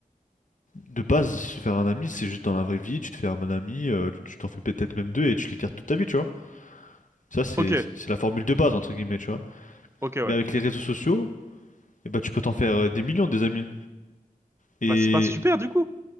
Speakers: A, on the left (about 60°); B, on the right (about 20°).
A: de base, se faire un ami, c'est juste dans la vraie vie, tu te fais un ami, euh, tu t'en fais peut-être même deux et tu les gardes toute ta vie, tu vois. Ça, c'est
B: Ok,
A: c'est la formule de base, entre guillemets, tu vois.
B: ok,
A: Mais
B: ouais.
A: avec les réseaux sociaux, eh bah, tu peux t'en faire euh, des millions, des amis. Et
B: Bah, c'est pas super, du coup.